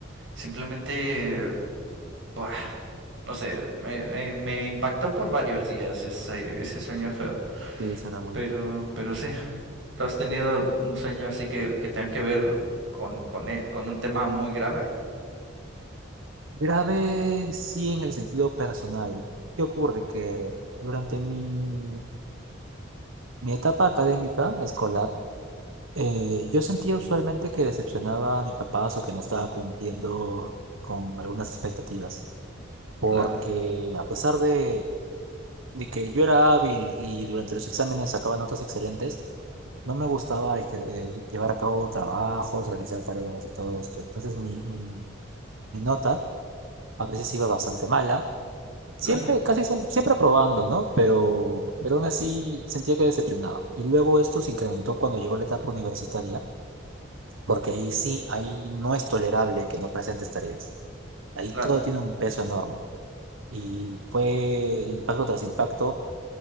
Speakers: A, on the right (about 65°); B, on the right (about 80°).
A: Simplemente, buah, no sé, me, me- me impactó por varios días ese, ese sueño feo.
B: Sí, eso era muy
A: Pero,
B: impactante.
A: pero sí, ¿tú has tenido un sueño así que, que tenga que ver con, con, e- con un tema muy grave?
B: Grave sí en el sentido personal. ¿Qué ocurre? Que durante mi, mi etapa académica escolar, eh, yo sentía usualmente que decepcionaba a mis papás o que no estaba cumpliendo con algunas expectativas, porque
A: Claro,
B: a pesar de, de que yo era hábil y durante los exámenes sacaba notas excelentes, no me gustaba eje- eh, llevar a cabo trabajos, realizar tareas y todo esto. Entonces mi, mi mi nota a veces iba bastante mala Siempre,
A: claro,
B: casi siem- siempre, probando, ¿no? Pero, pero aún así sentía que decepcionaba. Y luego esto se incrementó cuando llegó la etapa universitaria, porque ahí sí, ahí no es tolerable que no presentes tareas. Ahí
A: claro,
B: todo tiene un peso enorme. Y fue impacto tras impacto